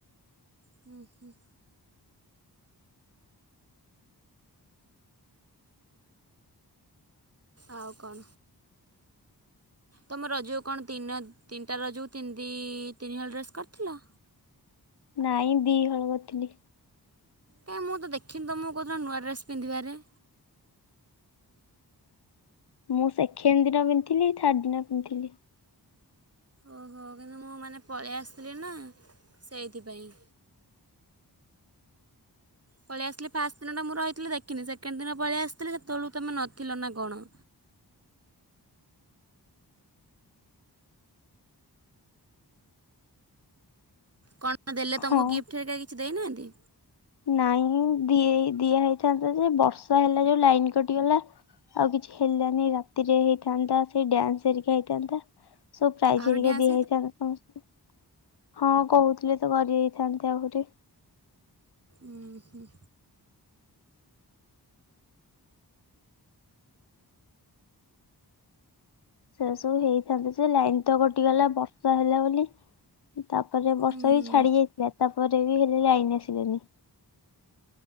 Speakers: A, on the right; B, on the left.
A: ହୁଁ ହୁଁ। ଆଉ କଣ। ତୁମେ ରଜକୁ କଣ ତିନି ତିନିଟା ରଜୁକୁ ତିନି ଦି ତିନିହଳ ଡ୍ରେସ୍ କରିଥିଲ?
B: ନାଇଁ ଦିହଳ କରିଥିଲି।
A: କାଇଁ ମୁଁ ତ ଦେଖିନି ତମକୁ କୋଉଦିନ ନୂଆ ଡ୍ରେସ୍ ପିନ୍ଧିବାରେ?
B: ମୁଁ ସେକେଣ୍ଡ ଦିନ ପିନ୍ଧଥିଲି ଥାର୍ଡ ଦିନ ପିନ୍ଧଥିଲି।
A: ଓହୋ କିନ୍ତୁ ମୁଁ ମାନେ ପଳେଇ ଆସିଲି ନା ସେଇଥିପାଇଁ। ପଳେଇ ଆସିଲି ଫାଷ୍ଟ ଦିନଟା ମୁଁ ରହିଥିଲି ଦେଖିନି ସେକେଣ୍ଡ ଦିନ ପଳେଇ ଆସିଥିଲି ସେତେବେଳ ତୁମେ ନଥିଲ ନା କଣ। କଣ ଦେଲେ ତମକୁ
B: ହଁ।
A: ଗିଫ୍ଟ ହେରିକା କିଛି ଦେଇନାହାନ୍ତି?
B: ନାଇଁ ଦି ଦିଆ ହେଇଥାନ୍ତା ଯେ ବର୍ଷା ହେଲା ଯୋଉ ଲାଇନ କଟିଗଲା। ଆଉ କିଛି ହେଲାନି ରାତିରେ ହେଇଥାନ୍ତା ସେଇ ଡାନ୍ସ ହାରିକ ହେଇଥାନ୍ତା। ସବୁ ପ୍ରାଇଜ
A: ଆହୁରି
B: ହେରିକା
A: ଡ୍ୟାନ୍ସ
B: ଦିଆ ହେଇଥାନ୍ତା ସମସ୍ତ ହଁ କହୁଥିଲେ ତ କରି ହେଇଥାନ୍ତେ ଆହୁରି।
A: ଉୁଁ ହୁଁ।
B: ସେ ସବୁ ହେଇଥାନ୍ତେ ସେ ଲାଇନ ତ କଟିଗଲା ବର୍ଷା ହେଲା ବୋଲି। ତାପରେ ବର୍ଷା
A: ହୁଁ
B: ବି ଛାଡି ଯାଇଥିଲା ତାପରେ ବି ହେଲେ ଲାଇନି ଆସିଲାନି।